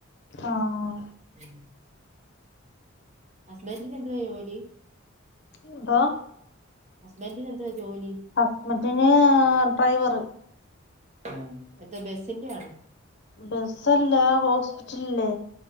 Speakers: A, on the left; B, on the right.
A: ആഹ്
B: ഉം ഹസ്ബന്റിന് എന്തുവാ ജോലി
A: എന്തോ
B: ഹസ്ബന്റിന് എന്തുവാ ജോലി
A: ഹസ്ബെന്റിന് ഡ്രൈവറ്
B: ആഹ് എന്ത് ബസ്സിന്റെ ആണൊ
A: ഉം ബസ്സല്ല ഹോസ്പിറ്റല്ല്